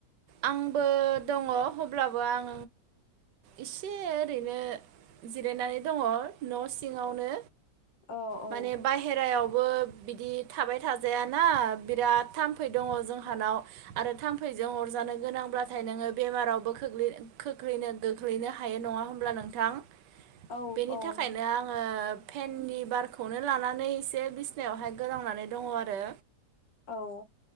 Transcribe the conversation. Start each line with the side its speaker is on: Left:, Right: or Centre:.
Right: आं बो दङ अब्लाबो आं एसे ओरैनो जिरायनानै दङ न' सिङावनो
Left: औ औ
Right: माने बाहेरायाव बो बिदि थाबाय थाजायाना बिराद थाम्फै दङ जों जाहोनाव आरो थाम्फैजों अरजानो गोनांब्लाथाय नोङो बेमारावबो खोख्लै खोख्लैनो गोख्लैनो हायो नङा होमब्ला नोंथां
Left: औ
Right: बेनि
Left: औ
Right: थाखायनो
Left: नों
Right: आङो। फेननि बारखौनो लानानै एसे बिसिनायावहाय गोलांनानै दङ आरो
Left: औ